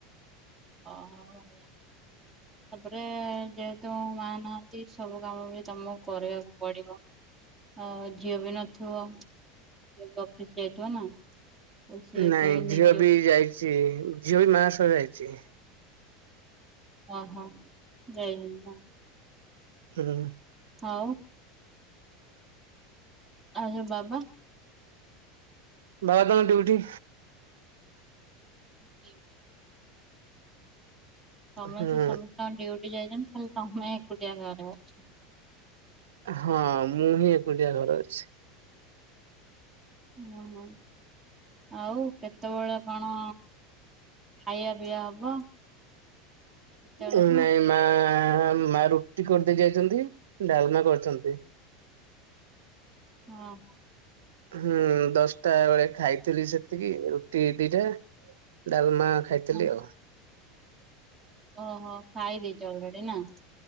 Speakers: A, on the right (about 15°); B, on the right (about 80°).
A: ଅ ହ। ତାପରେ ଯେହେତୁ ମା ନାହାନ୍ତି ସବୁ କାମ ବି ତମକୁ କରିବାକୁ ପଡିବ। ଆଉ ଝିଅ ବି ନଥିବ ଝିଅ ବି ଅଫିସ ଯାଇଥିବ ନା? ତ ସେଇଥିପାଇଁ
B: ନାଇଁ
A: ନିଜ
B: ଝିଅ ବି ଯାଇଛି ଝିଅ ବି ମା ସହ ଯାଇଛି।
A: ଓ ହୋ ଜୟ ଜଗନନାଥ
B: ହୁଁ।
A: ଆଉ। ଆଉ ଯୋଉ ବାବା
B: ବାବା ତାଙ୍କ ଡ୍ୟୁଟି
A: ଡ୍ୟୁଟି, ସମସ୍ତେ
B: ହୁଁ।
A: ସମସ୍ତେଙ୍କ ଡ୍ୟୁଟି ଯାଇଛନ୍ତି ଖାଲି ତମେ ଏକୁଟିଆ ଘରେ ଅଛ
B: ହଁ ମୁଁ ହିଁ ଏକୁଟିଆ ଘରେ ଅଛି।
A: ଓହୋ ଆଉ କେତେବେଳେ କଣ ଖାଇବା ପିଇଆ ହବ। କେତେବେଳକୁ
B: ଏ ନାଇଁ ମା ମା ରୁଟି କରିଦେଇ ଯାଇଚନ୍ତି ଡ଼ାଲମା କରିଚନ୍ତି।
A: ଅଁ ହଁ।
B: ହୁଁ ଦଶଟା ବେଳେ ଖାଇ ଥିଲି ସେତିକି ରୁଟି ଦିଟା ଡ଼ାଲମା ଖାଇଥିଲି
A: ହଁ
B: ଆଉ।
A: ଓହୋ ଖାଇଦେଇଚ ଅଲେଡ଼ି ନାଁ।